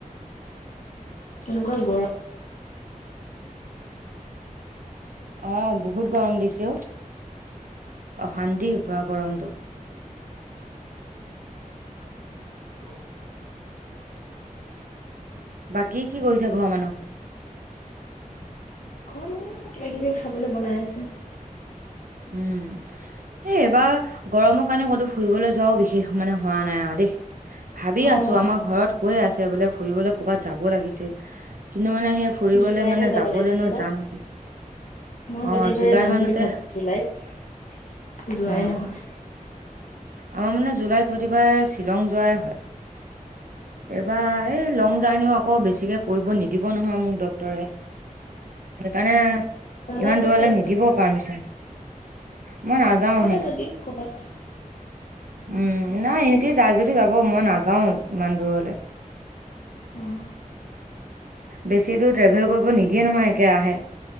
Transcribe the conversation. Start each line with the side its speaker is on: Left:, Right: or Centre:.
Left: কেনেকুৱা গৰ
Right: অঁ বহুত গৰম দিছে ঔ! অশান্তি পোৰা গৰমটো।
Left: <unintelligible>
Right: বাকী কি কৰিছে ঘৰৰ মানুহ?
Left: ঘৰত মানুহ কিবা কিবি খাবলে বনাই আছে।
Right: উম! এই, এইবাৰ, গৰমৰ কাৰণে ক'তো ফুৰিবলৈ যোৱাও, বিশেষ মানে, হোৱা নাই আৰু দেই। ভাবি
Left: অ',
Right: আছোঁ! আমাৰ ঘৰত কৈয়ে আছে, বোলে ফুৰিবলৈ ক'ৰবাত যাব লাগিছিল। কিন্তু, মানে সেই, ফুৰিবলৈ
Left: জুলাইতে
Right: মানে
Left: যাব
Right: যাবলৈনো
Left: লাগিছিলে ন'?
Right: যাম কি
Left: মই
Right: অ
Left: প্ৰতিবাৰে
Right: জুলাই
Left: যাম
Right: মানতে
Left: বুলি ভাবোঁ! জুলাইত। যোৱাই
Right: অ
Left: নহয়‌।
Right: আমাৰ মানে, জুলাইত প্ৰতিবাৰে, শ্বিলং যোৱাই হয়। এইবাৰ, এই লং জাৰ্নিও আকৌ, বেছিকে কৰিব নিদিব নহয়, মোক। ড ক্তৰে। সেইকাৰণে,
Left: নালাগে
Right: ইমান দূৰলে নিদিব পাৰ্মিচন। মই নাযাওঁ।
Left: এ, যদি ক'ৰবাত
Right: উম, নাই। সিহঁতি যায় যদি যাব, মই নাযাওঁ ইমান দূৰলে।
Left: উম।
Right: বেছি দূৰ ট্ৰেভেল কৰিব নিদিয়ে নহয়, একেৰাহে।